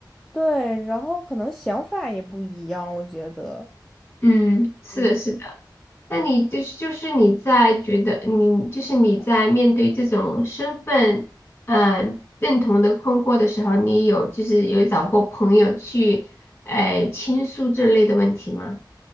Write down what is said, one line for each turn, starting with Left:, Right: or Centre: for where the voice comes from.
Centre: 对，然后可能想法也不一样，我觉得。
Left: 嗯，是的，
Centre: 嗯
Left: 是的。那你就是就是你在觉得你就是你在面对这种身份呃认同的困惑的时候，你有就是有找过朋友去呃倾诉这类的问题吗？